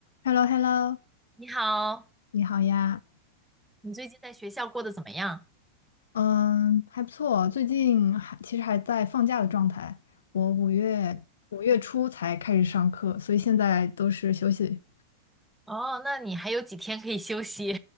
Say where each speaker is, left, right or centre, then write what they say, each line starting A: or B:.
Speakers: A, on the left; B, in the centre.
A: h e l l o h e l l o
B: 你好，
A: 你好呀，
B: 你最近在学校过得怎么样？
A: 嗯，还不错，最近还其实还在放假的状态，我五月五月初才开始上课，所以现在都是休息。
B: 哦，那你还有几天可以休息，